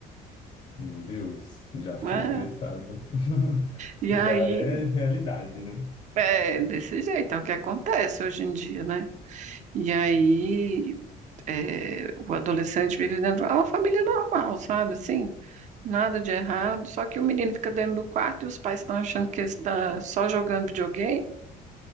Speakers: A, on the left; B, on the right.
A: Meu Deus, já fiquei
B: É,
A: interessado. <laughs>
B: E
A: Já
B: aí,
A: é realidade, né?
B: é desse jeito, é o que acontece hoje em dia, né? E aí, é, o adolescente vive dentro de uma família normal, sabe? Assim, nada de errado. Só que o menino fica dentro do quarto e os pais estão achando que ele está só jogando videogame.